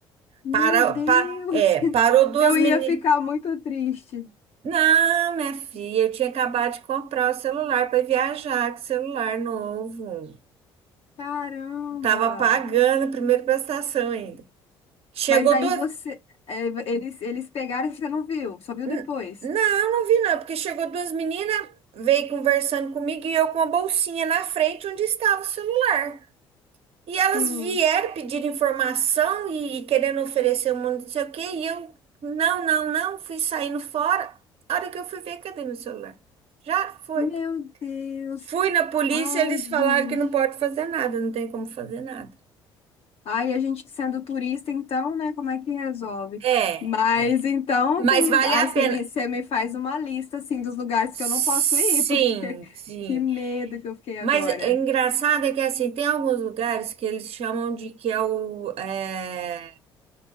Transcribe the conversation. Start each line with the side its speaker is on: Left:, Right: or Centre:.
Left: Meu
Right: Para,
Left: Deus!
Right: pa, é,
Left: <laughs>
Right: parou duas
Left: Eu ia
Right: meninas.
Left: ficar muito triste.
Right: Não, minha filha, eu tinha acabado de comprar o celular para viajar, que celular novo.
Left: Caramba!
Right: Tava pagando a primeira prestação ainda. Chegou
Left: Mas aí
Right: duas.
Left: você. é, eles, eles pegaram e você não viu, só viu
Right: N-
Left: depois.
Right: Não, não vi não, porque chegou duas meninas, veio conversando comigo e eu com a bolsinha na frente onde estava o celular. E elas
Left: Sim.
Right: vieram pedir informação e, e querendo oferecer um monte de não sei o quê, e eu, não, não, não, fui saindo fora. A hora que eu fui ver, cadê meu celular? Já foi.
Left: Meu Deus.
Right: Fui na polícia,
Left: Ai,
Right: eles
Left: gente.
Right: falaram que não pode fazer nada, não tem como fazer nada.
Left: Ai, a gente sendo turista, então, né? Como é que resolve?
Right: É,
Left: Mas então
Right: mas
Left: tem lugar.
Right: vale
Left: Ai,
Right: a
Left: você
Right: pena.
Left: me, você me faz uma lista, assim, dos lugares
Right: Sim,
Left: que eu não posso ir, porque <laughs>
Right: sim.
Left: que medo que eu fiquei
Right: Mas
Left: agora.
Right: é engraçado é que assim, tem alguns lugares que eles chamam de que é o é,